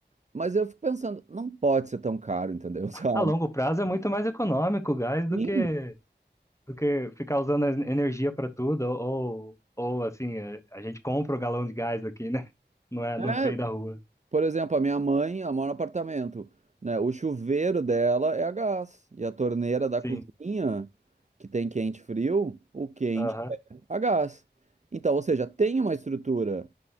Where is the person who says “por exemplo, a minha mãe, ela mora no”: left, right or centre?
Right